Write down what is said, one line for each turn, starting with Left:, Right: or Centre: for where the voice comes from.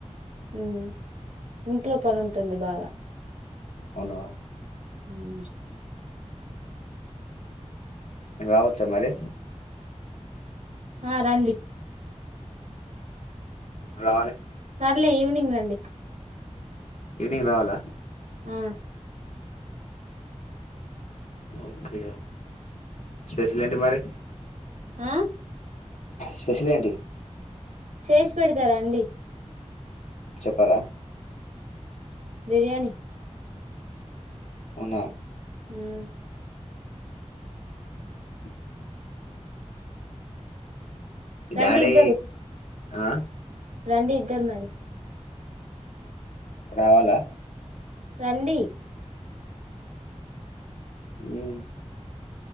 Right: హ్మ్ ఇంట్లో పని ఉంటుంది బాగా
Left: అవునా
Right: హ్మ్
Left: రావచ్చా మరి
Right: ఆ రండి
Left: రావాలి
Right: సర్లే ఈవినింగ్ రండి
Left: ఈవినింగ్ రావాల
Right: ఆ
Left: ఓకే స్పెషల్ ఏంటి మరి
Right: ఆ
Left: స్పెషల్ ఏంటి
Right: చేసి పెడతా రండి
Left: చెప్పరా
Right: బిర్యానీ
Left: అవునా
Right: హ్మ్
Left: అ
Right: రండి
Left: డాడీ
Right: ఇద్దరు
Left: ఆ
Right: రండి ఇద్దరు మరి
Left: రావాలా
Right: రండి
Left: హ్మ్